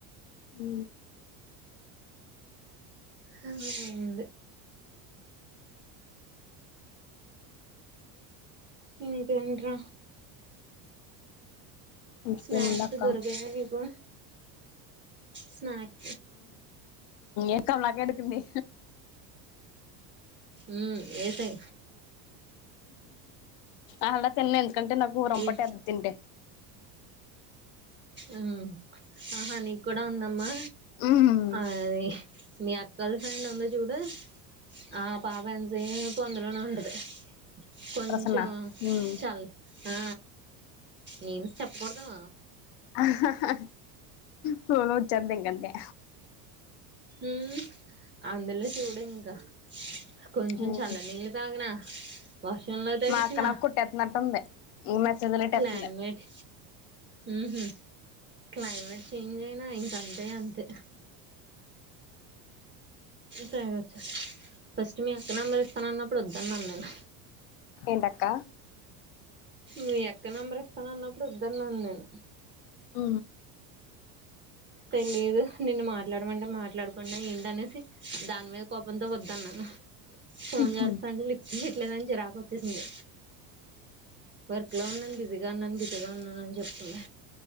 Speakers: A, on the left; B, on the right.
A: ఊ
B: హా ఉంది ఇంకేంట్ర
A: ఇంకేముందక్క
B: స్నాక్స్ దుర్గగయా నీకు స్నాక్
A: ఎక్క బలాక ఎడుకింది
B: ఉ ఏతై
A: అలా తిన్ను ఎందుకంటే నాకు ఊ రంపటి
B: ఈ
A: ఎద్ద తింటే
B: ఆ ఆహా నీకు కూడా ఉందమ్మా
A: ఉమ్
B: ఆ అది మీ అక్క వాళ్ళ ఫ్రెండ్ ఉంది చూడు ఆ పాప ఎంతసేపు అందులోనే ఉండది కొంచం
A: ప్రసన్న ఉమ్
B: చల్ ఆ నేను చెప్పకూడదు
A: ఆహా హా ఫోన్ వచ్చేద్ది ఇంకా అంతే
B: ఊ అందులో చూడు ఇంకా కొంచెం
A: ఉమ్
B: చల్లనీళ్ళు తాగినా వర్షంలో తడిసిన
A: మా అక్క నాకు కొట్టేతున్నట్టుంది మెసేజ్ లు ఎట్టేతుంది
B: క్లైమేట్ ఊహు క్లైమేట్ చేంజ్ అయినా ఇంకంతే అంతే సేగ వచ్చా ఫస్ట్ మీ అక్క నెంబర్ ఇస్తాన అన్నప్పుడు వద్దన్నాను నేను
A: ఉంటక్క
B: మీ అక్క నెంబర్ ఇస్తానన్నప్పుడు వొద్దన్నాను నేను
A: ఊ
B: తెలియదు నిన్న మాట్లాడమంటే మాట్లాడకుండా ఏంటి అనేసి దాని మీద కోపంతో వద్దన్నాను ఫోన్
A: ఉహు
B: చేస్తా అంటే లిఫ్ట్ చేయట్లేదు అని చిరాకు వచ్చేసింది వర్క్ లో ఉన్నాను బిజీగా ఉన్నాను బిజీగా ఉన్నాను అని చెప్తుంది